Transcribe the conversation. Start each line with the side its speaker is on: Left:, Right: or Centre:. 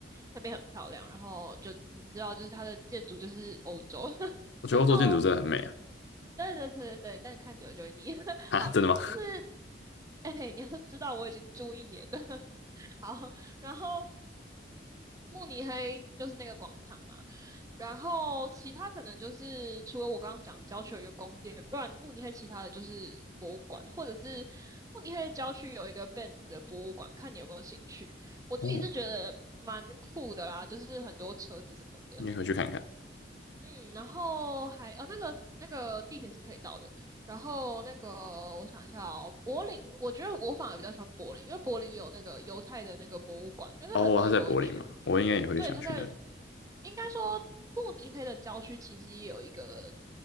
Right: 那边很漂亮，然后就你知道，就是它的建筑就是欧洲，<laughs>
Left: 我觉得欧洲建筑真的很美啊。
Right: 然后对对对对对，但是看久了就会腻。<laughs>
Left: 哈，
Right: 好，
Left: 真的吗？
Right: 就是，哎、你要知道我已经住一年了。<laughs> 好，然后慕尼黑就是那个广场嘛，然后其他可能就是除了我刚刚讲郊区有一个宫殿，不然慕尼黑其他的就是博物馆，或者是慕尼黑的郊区有一个 Benz 的博物馆，看你有没有兴趣。我自己是觉得蛮酷的啦，
Left: 哦，
Right: 就是很多车子什么的。
Left: 你也回去看看。
Right: 嗯，然后还呃那个那个地铁是可以到的，然后那个我想一下哦，柏林，我觉得我反而比较喜欢柏林，因为柏林有那个犹太的那个博物馆，那个很多人都会去。
Left: 哦，他在柏林嘛，我应该也会想去那里。
Right: 对，他在应该说慕尼黑的郊区其实也有一个